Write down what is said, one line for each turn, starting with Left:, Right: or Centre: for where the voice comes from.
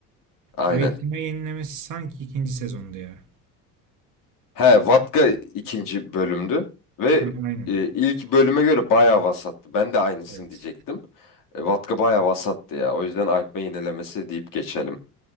Left: Aynen.
Right: Ayıtma yenilemesi sanki ikinci sezonda ya.
Left: He, Vatka ikinci bölümdü ve
Right: Ha, aynen.
Left: e, ilk bölüme göre bayağı vasattı. Ben de aynısını
Right: Evet.
Left: diyecektim. E, Vatka bayağı vasattı ya. O yüzden artma yinelemesi deyip geçelim.